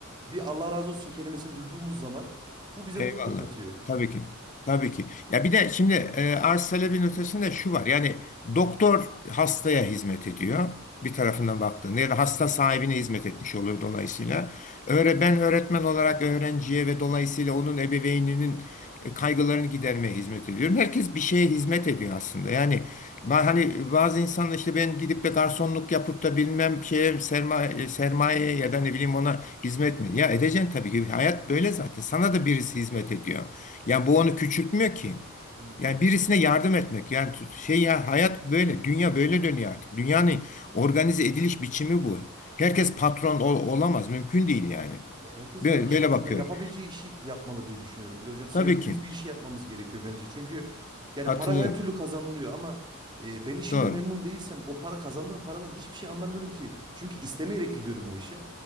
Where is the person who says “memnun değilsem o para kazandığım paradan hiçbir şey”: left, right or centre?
Right